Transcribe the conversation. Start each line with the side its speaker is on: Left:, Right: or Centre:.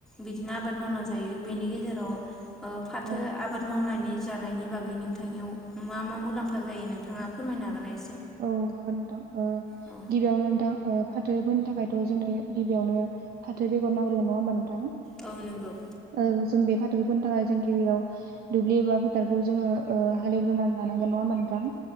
Centre: बिदिनो आबाद मावना जायो बेनि गेजेराव ओ फाथो
Right: औ
Centre: आबाद मावनायनि जानायनि बागै नोंथांनियाव मा मा मुलाम्फा जायो नोंथाङा फोरमायनो हागोना एसे?
Right: औ हागोन नोंथां। ओ
Centre: औ
Right: गिबियावनो नोंथां फाथोफोनो थाखायथ' जोंनो गिबियावनो फाथो बेगर नांग्रोगोन नङा होमबा नोंथां?
Centre: औ नंगौ
Right: औ जों बे फा थोखौ फोनो थाखाय जों गिबियाव दुब्लि एबा फोथारखौ जोङो ओ हालेवग्रोनानै लानां गोन नङा होमबा नोंथां?